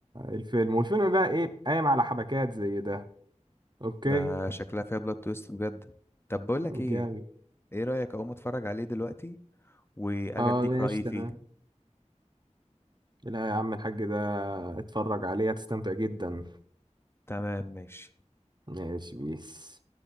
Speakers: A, on the right; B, on the left.
A: الفيلم والفيلم بقى ايه قايم على حبكات زي ده اوكي
B: ده شكلها فيها بلوت تويست بجد طب بقول
A: جامد
B: لك ايه ايه رايك اقوم اتفرج عليه دلوقتي واجي
A: اه
B: اديك
A: ماشي
B: رايي
A: تمام
B: فيه
A: لا يا عم الحاج ده اتفرج عليه هتستمتع جدا
B: تمام ماشي
A: ماشي بيس